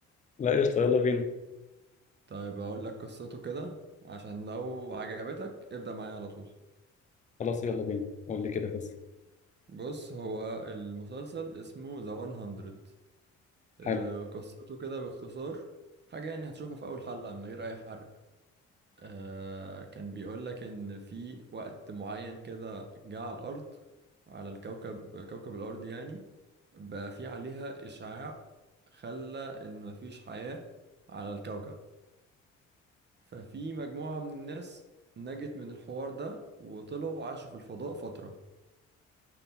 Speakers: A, on the left (about 25°); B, on the right (about 35°).
A: لا قشطه يلا بينا
B: طيب اقول لك قصته كده عشان لو عجبتك ابدأ معايا على طول
A: خلاص يلا بينا قول لي كده بس
B: بص هو المسلسل اسمه ذا 100 آه،
A: حلو
B: قصته كده باختصار حاجة يعني هتشوفها في اول حلقة من غير اي حرق آه كان بيقول لك إن في وقت معين كده جه على الأرض على الكوكب كوكب الأرض يعني بقى في عليها إشعاع خلى إن مفيش حياة على الكوكب ففي مجموعة من الناس نجت من الحوار ده وطلعوا عاشوا في الفضاء فترة